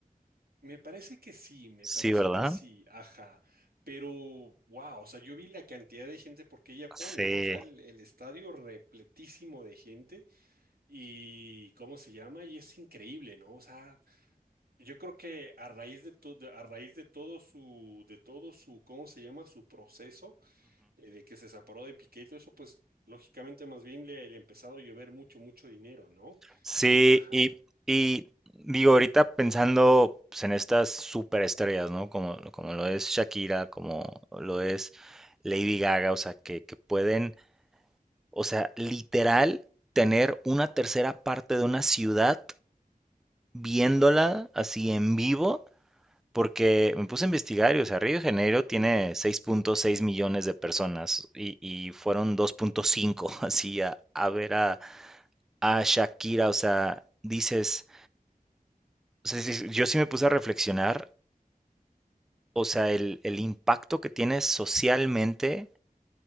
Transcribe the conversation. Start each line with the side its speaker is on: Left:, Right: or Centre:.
Right: Me parece que sí, me
Centre: Sí,
Right: parece
Centre: ¿verdad?
Right: que sí, ajá. Pero, wow, o sea, yo vi la cantidad de gente porque ella pone,
Centre: Sí.
Right: ¿no? O sea, el, el estadio repletísimo de gente y ¿cómo se llama? Y es increíble, ¿no? O sea, yo creo que a raíz de todo, a raíz de todo su, de todo su, ¿cómo se llama? Su proceso eh, de que se separó de Piqué y todo eso, pues lógicamente más bien le, le ha empezado a llover mucho, mucho dinero, ¿no?
Centre: Sí,
Right: Ajá.
Centre: y, y digo, ahorita pensando pues, en estas superestrellas, ¿no? Como, como lo es Shakira, como lo es Lady Gaga, o sea, que, que pueden, o sea, literal tener una tercera parte de una ciudad viéndola así en vivo, porque me puse a investigar y, o sea, Río de Janeiro tiene seis punto seis millones de personas y, y fueron dos punto cinco <laughs> así a, a ver a, a Shakira, o sea, dices O sea, sí, sí, yo sí me puse a reflexionar, o sea, el, el impacto que tiene socialmente,